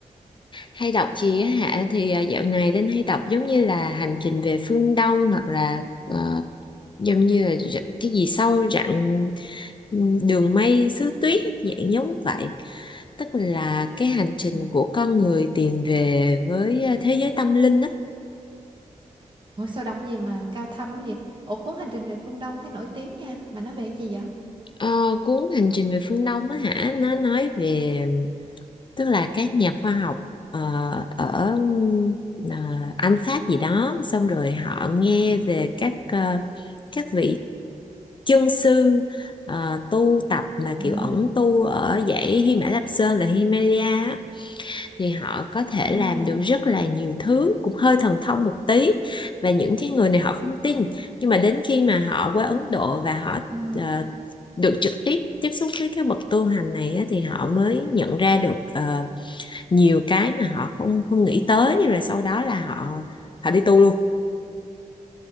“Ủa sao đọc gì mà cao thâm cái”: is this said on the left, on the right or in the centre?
Right